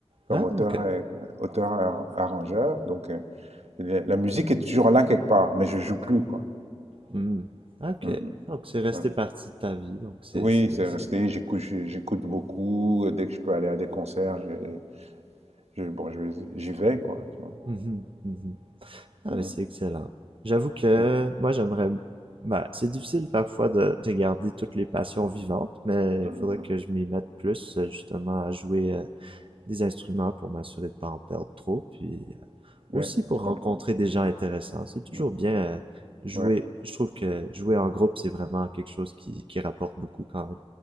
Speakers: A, on the right (about 85°); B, on the right (about 55°).
A: comme
B: Ah,
A: auteur
B: ok.
A: et- euh, auteur ar- arrangeur. Donc euh, la la musique est toujours là quelque part, mais je joue plus quoi.
B: Hmm. Ok.
A: Mm, mm,
B: Donc, c'est resté
A: voilà.
B: partie de ta vie. Donc, c'est,
A: Oui,
B: c'est,
A: c'est
B: c'est,
A: resté. J'écoute,
B: ouais.
A: j'ai- j'écoute beaucoup. Euh, Dès que je peux aller à des concerts, je, je- bon, je, j'y vais, quoi, tu vois.
B: Mhm, mhm. Ah,
A: Mm,
B: mais c'est excellent. J'avoue que
A: mm,
B: moi, j'aimerais, ben, c'est difficile parfois de, de garder toutes les passions vivantes, mais
A: mm,
B: il
A: mm,
B: faudrait
A: mm.
B: que je m'y mette plus, euh, justement, à jouer euh, des instruments pour m'assurer de pas en perdre trop, puis euh,
A: Ouais,
B: aussi pour
A: je comprends.
B: rencontrer des gens intéressants. C'est toujours
A: Mm,
B: bien euh, jouer.
A: Ouais.
B: Je trouve que jouer en groupe, c'est vraiment quelque chose qui, qui rapporte beaucoup quand même.